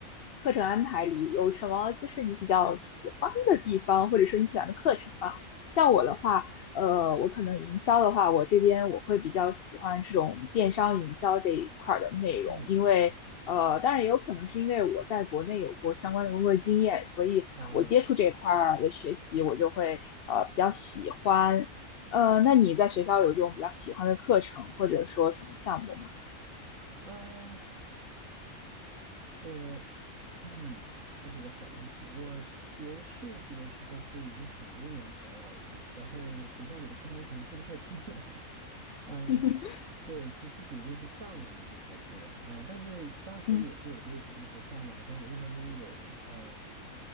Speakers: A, on the left; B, on the right.
A: 课程安排里，有什么就是你比较喜欢的地方，或者说你喜欢的课程啊？像我的话，呃，我可能营销的话，我这边我会比较喜欢这种电商营销这一块儿的内容，
B: 嗯
A: 因为呃，当然也有可能是因为我在国内有过相关的工作经验，所以我接触这一块儿的学习，
B: 啊
A: 我就会呃比较喜欢。呃，那你在学校有这种比较喜欢的课程，或者说什么项目吗？
B: 啊，我。嗯，这是个好问题。我学设计的时候是已经很多年前了，然后学校里的课程我可能记不太清了。<laughs> 嗯，
A: <laughs>
B: 对，具具体的那些项目什么记不太清了。呃，但是当时也是有些有意思的项目，
A: 嗯嗯，
B: 好像我印象中有，嗯